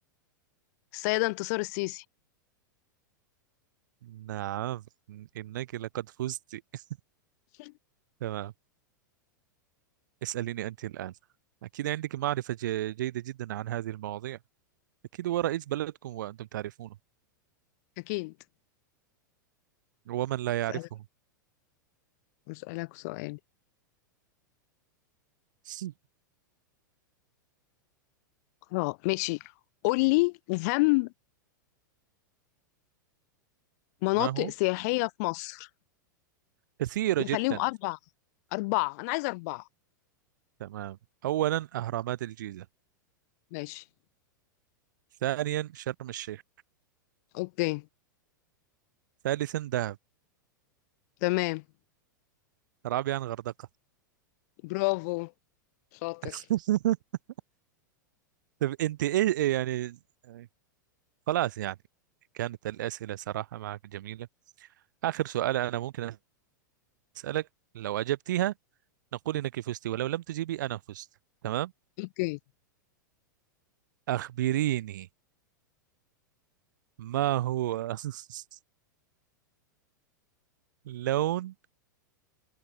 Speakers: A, on the left; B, on the right.
A: السيده انتصار السيسي
B: نعم إنك لقد فزت <laughs>
A: <laughs>
B: تمام اسأليني أنت الآن أكيد عندك معرفة ج- جيدة جدا عن هذه المواضيع أكيد هو رئيس بلدكم وأنتم تعرفونه
A: اكيد
B: ومن لا
A: اسالك
B: يعرفه
A: اسالك سؤال
B: <laughs>
A: اه ماشي قولي اهم مناطق
B: ما هو؟
A: سياحيه في مصر
B: كثيرة
A: نخليهم
B: جدا
A: اربعه اربعه انا عايزه اربعه
B: تمام أولا أهرامات الجيزة
A: ماشي
B: ثانيا شرم الشيخ
A: اوكي
B: ثالثا دهب
A: تمام
B: رابعا غردقة
A: برافو شاطر
B: <laughs> طب أنت إيه إيه يعني يعني خلاص يعني كانت الأسئلة صراحة معك جميلة آخر سؤال أنا ممكن أسألك لو أجبتيها نقول إنك فزتي ولو لم تجيبي أنا فزت تمام
A: اوكي
B: أخبريني ما هو <laughs> لون